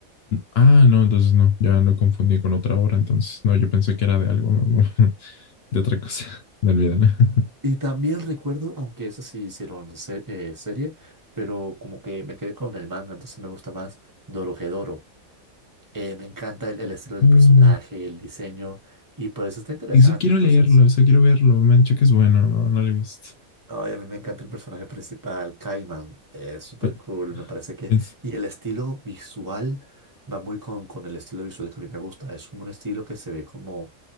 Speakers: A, on the left; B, on the right.
A: Ah, no, entonces no, ya lo confundí con otra obra, entonces no, yo pensé que era de algo, <laughs> de otra cosa, <laughs> no olvídalo. <laughs>
B: Y también recuerdo, aunque esas sí hicieron se- eh, serie, pero como que me quedé con el manga, entonces me gusta más Dorohedoro. Eh, me encanta el, el estilo del
A: Uh,
B: personaje, el diseño, y pues está interesante.
A: eso quiero
B: Entonces,
A: leerlo, eso quiero verlo, me han dicho que es bueno, no, no lo he visto.
B: ay, a mí me encanta el personaje principal, Kaiman. Es súper
A: Pe-
B: cool, me parece que.
A: pens-
B: Y el estilo visual va muy con, con el estilo visual que a mí me gusta. Es como un estilo que se ve como